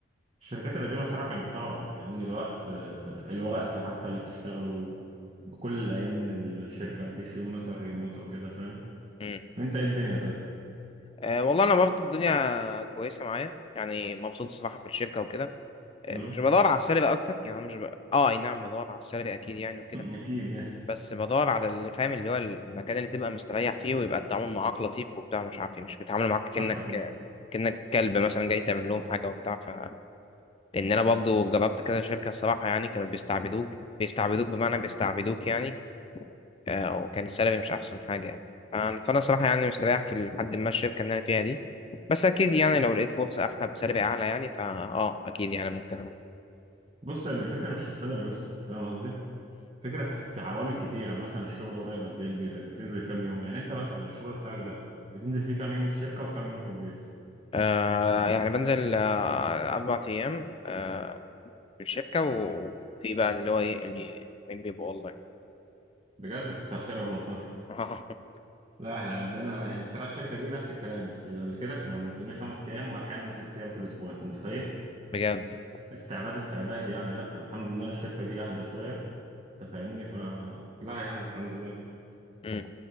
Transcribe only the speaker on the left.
مم.
آه، والله أنا برضه الدنيا كويسة معايا يعني مبسوط الصراحة في الشركة وكده مش
بدور على السلبي اكتر يعني أنا مش ب... اه اي نعم بدور على السلبي اكيد يعني وكده
بس بدور على اللي فاهم اللي هو المكان اللي تبقى مستريح فيه ويبقى التعامل معاك لطيف وبتاع مش عارف ايه مش بيتعاملوا معاك
كأنك
كأنك كلب مثلا جاي تعمل لهم حاجه وبتاع ف لان انا برضه جربت كذا شركه الصراحه يعني كانوا بيستعبدوك بيستعبدوك بمعنى بيستعبدوك يعني آه، وكان السلبي مش احسن حاجه يعني آه، فانا صراحه يعني مستريح في لحد ما الشركه اللي انا فيها دي بس اكيد يعني لو لقيت فرصه احلى بسلبي اعلى يعني فا اه اكيد يعني ممكن اروح
آه يعني بنزل آه أربع أيام آه في الشركة وفي بقى اللي هو إيه اللي وين بيبقوا أونلاين
<laughs>
بجد
مم.